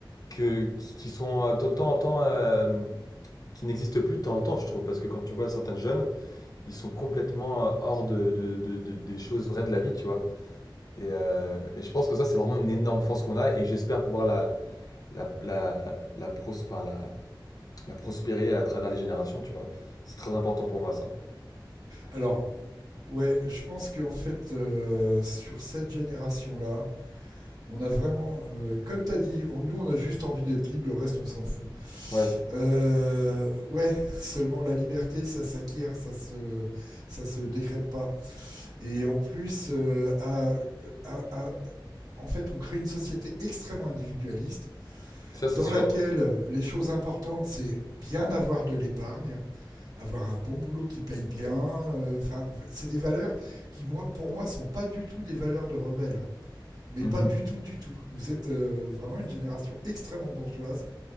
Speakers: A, on the left; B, on the right.
A: que, qui qui sont euh, de temps en temps, euh, qui n'existent plus de temps en temps, je trouve. Parce que quand tu vois certains jeunes, ils sont complètement euh, hors de, de- de- de- des choses vraies de la vie, tu vois. Et, euh, et je pense que ça, c'est vraiment une énorme force qu'on a et j'espère pouvoir la, la, la, la, pros- enfin, la, la prospérer à travers les générations, tu vois. C'est très important pour moi, ça.
B: Alors, ouais, je pense qu'en fait, euh, sur cette génération-là, on a vraiment, euh, comme t'as dit, on- nous on a juste envie d'être libre, le reste on s'en fout.
A: Ouais,
B: Euh, ouais, seulement la liberté, ça s'acquiert, ça se, ça se décrète pas. Et en plus, euh, à, à- à- en fait, on crée une société extrêmement individualiste
A: ça, c'est
B: dans
A: sûr.
B: laquelle les choses importantes, c'est bien avoir de l'épargne, avoir un bon boulot qui paye bien. euh, Enfin, euh, c'est des valeurs qui, moi, pour moi, sont pas du tout des valeurs de rebelles. hein. Mais
A: Mhm.
B: pas du tout, du tout. Vous êtes euh, vraiment une génération extrêmement bourgeoise.